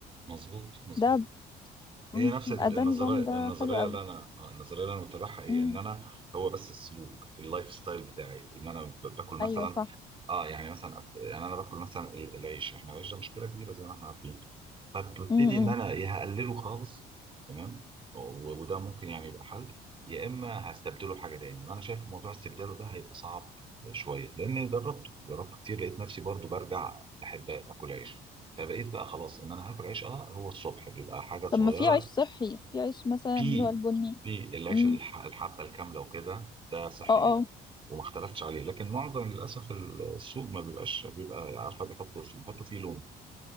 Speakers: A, on the right; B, on the left.
A: مظبوط مظبوط
B: ده
A: هي
B: امم
A: نفس ال-
B: ده
A: النظريه
B: نظام ده
A: النظريه
B: حلو قوي
A: اللي انا آه، النظريه اللي انا متابعها ايه
B: امم
A: ان انا هو بس السلوك اللايف ستايل بتاعي ان انا ب- باكل مثلا
B: ايوه صح
A: اه يعني مثلا أكت- يعني انا باكل مثلا ال- العيش احنا العيش ده مشكله كبيره زي ما احنا عارفين فببتدي
B: امم
A: ان انا يا هقلله خالص تمام و- وده ممكن يعني يبقى حل يا اما هستبدله بحاجه تاني وانا شايف موضوع استبداله ده هيبقى صعب شويه لان جربته جربته كتير لقيت نفسي برضو برجع بحب اكل عيش فبقيت بقى خلاص ان انا هاكل عيش اه هو الصبح بيبقى حاجه صغيره
B: طب ما في عيش صحي في عيش مثلا
A: في
B: اللي هو البني
A: في العيش
B: امم
A: الح- الحبه الكامله وكده ده صحي
B: اه
A: جدا
B: اه
A: وما اختلفتش عليه لكن معظم للاسف ال- السوق ما بيبقاش بيبقى عارفه بيحطوا فيه بيحطوا فيه لون